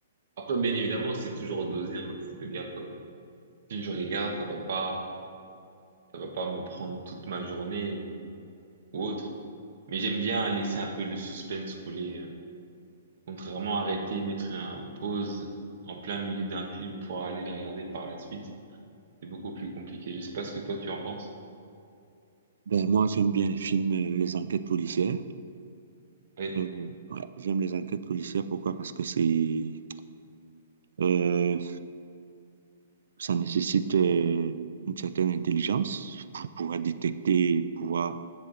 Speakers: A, on the right; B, on the right.
A: Après, bien évidemment, c'est toujours dosé, hein. C'est-à-dire que si je regarde, ça va pas, ça va pas me prendre toute ma journée ou, ou autre. Mais j'aime bien laisser un peu le suspense couler, euh. Contrairement à arrêter, mettre un pause en plein milieu d'un film pour aller le regarder par la suite. C'est beaucoup plus compliqué. Je sais pas ce que toi tu en penses.
B: Ben, moi, j'aime bien les films, euh, les enquêtes policières.
A: Oui,
B: Euh, ouais, j'aime les enquêtes policières. Pourquoi? Parce que c'est, euh, Ça nécessite euh, une certaine intelligence pour pouvoir détecter, pouvoir